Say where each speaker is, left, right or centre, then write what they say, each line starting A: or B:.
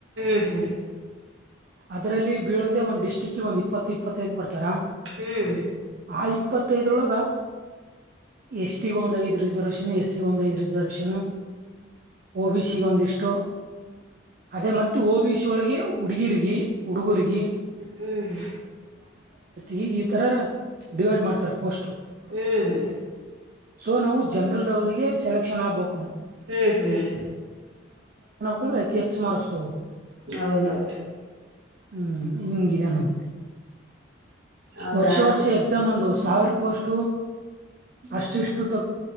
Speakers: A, on the right (about 85°); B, on the right (about 50°).
A: ಹ್ಮ
B: ಅದರಲ್ಲಿ ಬೀಳೋದೆ ಒಂದು ಡಿಸ್ಟಿಕ್ಗೆ ಒಂದು ಇಪ್ಪತ್ತು ಇಪ್ಪತ್ತೈದು ಕೊಡ್ತಾರ
A: ಹ್ಮ್
B: ಆ ಇಪ ಇಪ್ಪತ್ತೈದರೊಳಗೆ ಎಸ್ ಟಿ ಒಂದ್ ಐದ್ ರಿಸರ್ವೇಷನ್ ಎಸ್ ಸಿ ಒಂದ ಐದ್ ರಿಸರ್ವೇಷನ್. ಓ ಬಿ ಸಿಗೆ ಒಂದಿಷ್ಟು. ಅದೇ ಮತ್ತ ಓ ಬಿ ಸಿ ಒಳಗೆ ಹುಡುಗಿರ್ಗಿ ಹುಡುಗುಗಿ
A: ಹ್ಮ್
B: ಈ ಈ ತರರ ಡಿವೈಡ್ ಮಾಡ್ತಾರೆ ಪೋಸ್ಟ್.
A: ಹ್ಮ್
B: ಸೊ ನಾವು ಜನರಲ್ವರ್ಗೆ ಸೆಲೆಕ್ಷನ್ ಆಗ್ಬೇಕು.
A: ಹ್ಮ್ ಹ್ಮ್
B: ಕಂದ್ರೆ ಅತಿ ಹೆಚ್ ಮರ್ಕ್ಸ ತಗೂಬೆಕ್.
A: ಹೌದು.
B: ಹ್ಮ್ ಹಿಂಗಿದೆ ನೋ
A: ಹೌದಾ
B: ವರ್ಷ
A: ಆಪಿ
B: ವರ್ಷ ಎಕ್ಸಾಮ್ ಒಂದು ಸಾವಿರ ಪೋಸ್ಟ ಅಷ್ಟಿಷ್ಟು ತ